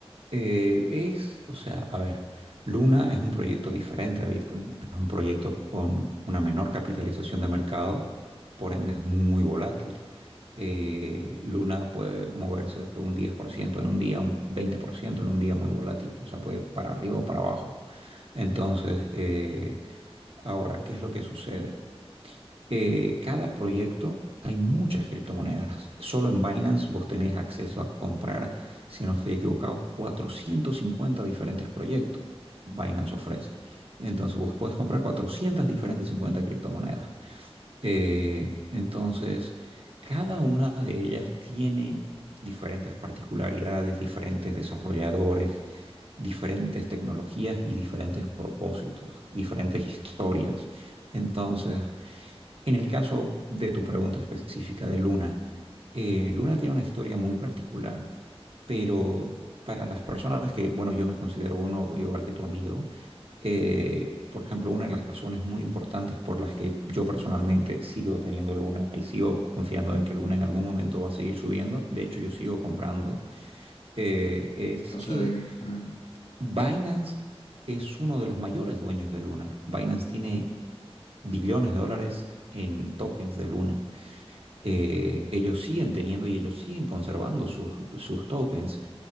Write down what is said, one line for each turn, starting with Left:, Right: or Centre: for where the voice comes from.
Right: Eh, es, o sea, a ver, Luna es un proyecto diferente a Bitcoin. Es un proyecto con una menor capitalización de mercado, por ende es muy volátil. Eh, Luna puede moverse un 10% en un día, un 20% en un día muy volátil. O sea, puede para arriba o para abajo. Entonces, eh, ahora, ¿qué es lo que sucede? eh, cada proyecto, hay muchas criptomonedas. Solo en Binance vos tenés acceso a comprar, si no estoy equivocado, 450 diferentes proyectos. Binance ofrece. Entonces vos podés comprar 400 diferentes 50 criptomonedas. Eh, entonces, cada una de ellas tiene diferentes particularidades, diferentes desarrolladores, diferentes tecnologías y diferentes propósitos, diferentes historias. Entonces, en el caso de tu pregunta específica de Luna, eh, Luna tiene una historia muy particular, pero para las personas que, bueno, yo me considero uno igual que tu amigo, eh, por ejemplo, una de las razones muy importantes por las que yo personalmente sigo teniendo Luna y sigo confiando en que Luna en algún momento va a seguir subiendo, de hecho yo sigo comprando, eh, es
Left: No
Right: que
Left: sabía. Mm,
Right: Binance es uno de los mayores dueños de Luna. Binance tiene billones de dólares en tokens de Luna. Eh, ellos siguen teniendo y ellos siguen conservando sus, sus tokens.